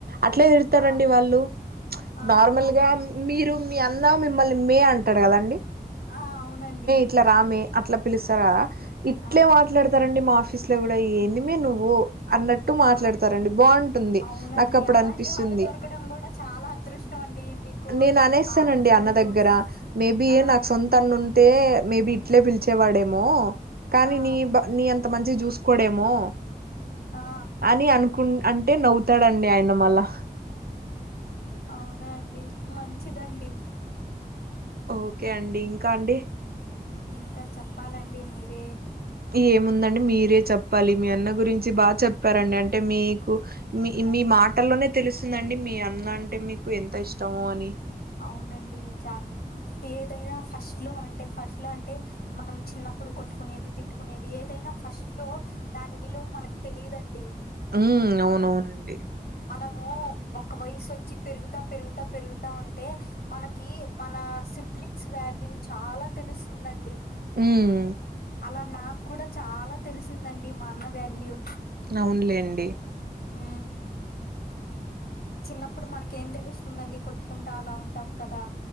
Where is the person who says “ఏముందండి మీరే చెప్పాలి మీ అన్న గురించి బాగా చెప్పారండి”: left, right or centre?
Right